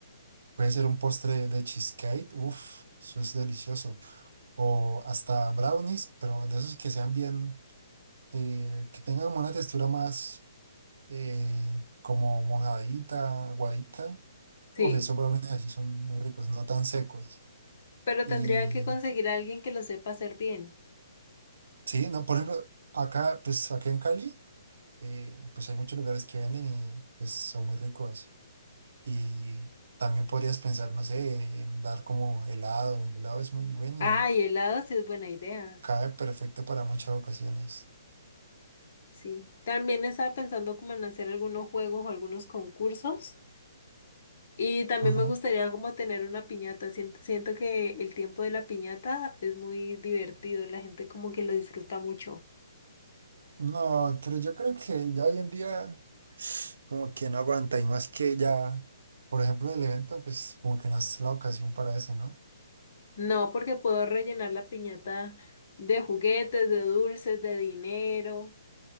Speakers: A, on the right; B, on the left.
A: puede ser un postre de cheesecake, uff, eso es delicioso. O hasta brownies, pero de esos que sean bien, eh, que tengan como una textura más eh, como mojadita, aguadita. Uf,
B: Sí,
A: esos brownies así son muy ricos, no tan secos.
B: pero
A: Y
B: tendría que conseguir a alguien que lo sepa hacer bien.
A: sí, no, por ejemplo, acá, pues acá en Cali, eh, pues hay muchos lugares que venden y pues son muy ricos. Y también podrías pensar, no sé, en dar como helado. El helado es muy bueno
B: Ah,
A: y
B: y helado sí es buena idea.
A: cabe perfecto para muchas ocasiones.
B: Sí, también estaba pensando como en hacer algunos juegos o algunos concursos. Y también
A: Ajá.
B: me gustaría como tener una piñata. Siento, siento que el tiempo de la piñata es muy divertido, la gente como que lo disfruta mucho.
A: No, pero yo creo que ya hoy en día como que no aguanta y más que ya, por ejemplo, el evento, pues como que no es la ocasión para eso, ¿no?
B: No, porque puedo rellenar la piñata de juguetes, de dulces, de dinero.